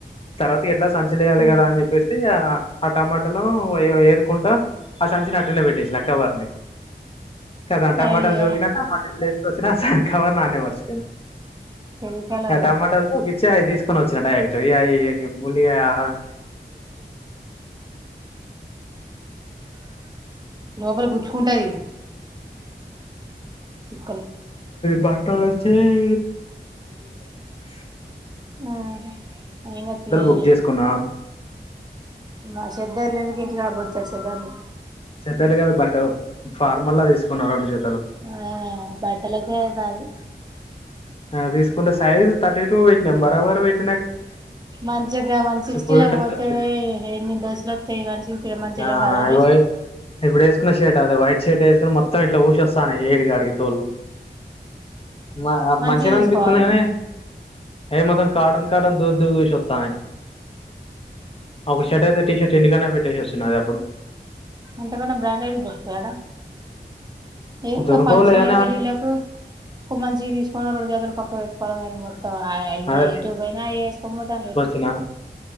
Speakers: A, on the left; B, on the right.
A: తర్వాత ఎ సంచి
B: ఉమ్
A: కదా అని చెప్పేసి ఆ టమాటాలు ఏరుకుంటా ఆ సంచిన అటునే పెట్టేసిన ఆ కవర్ ని కదా టమాటాలు
B: అయ్యో
A: జోకిిన టమాటాలు తీసుకువచ్చిన కవర్ ఆనె మర్చిపోయిన
B: తెలికలో
A: ఆ టమాటాలుతో ఇచ్చి అ తీసుకొని వచ్చు చిన్నడయి జయా <unintelligible> ఇగ ఆమె
B: <unintelligible> లోపల గుచ్చుకుంటది చిక్కళ్ళు
A: బట్టలు వచ్చినాయి <unintelligible>
B: ఆ ఇంగ తి అయి
A: బుక్ చేసుకున్నా
B: ఆ శబ్ధాలు ఇంటికి రాబోచ్చాడు దాన్ని
A: చెతలు కదా బట్టలు ఫార్మల్లా తీసుకున్నారు రెండు చె
B: ఆ బట్టలకే అయితంది
A: ఆ తీసుకుంటే సైజ్ థర్టీ టూ పెట్టినాం బరాబర్ పెట్టినాం
B: మాంచిగా వన్ సక్స్టీటీలో
A: ఫుల్ టైట్
B: పోతే
A: వచ్చింది
B: ఎన్ని డ్రస్సులు వస్తాయి వన్ సక్స్టీలో మంచిగా
A: ఆ
B: లేవా
A: ఇగో
B: డ్రస్సులు
A: ఇప్పుడు షర్ట్ అది వైట్షట్ వేసికుని మొత్తం ఇట్లా ఉసూ వస్తున్నాయి ఏడికి ఆడికి <unintelligible> మా
B: మంచివి
A: మంచినే
B: తీసుకోవాలే
A: అనిపిస్తుంది కానీ ఏ మాత్రం కార్టన్ కార్టన్ దూ దూ దూసిస్తాన్నాయి ఒక షర్ట్ అయితే టీషర్ట్ ఇంటికడనే పెట్టేసివచ్చిన నాది అప్పుడు
B: అంత కన్నా బ్రాండెడ్ దొరుకుతాయా ఆడ ఏ
A: దొరకవులే
B: ఫంక్షన్
A: గాని
B: లో పేళ్ళిళలకు మంచిది తీసు కొనీ రెండు జతలు పక్క పెట్టుకోవలి కానీ మో అవే
A: అదే
B: ఏటు పోయినా ఏసుకుని పోతండ్రు
A: వచ్చిన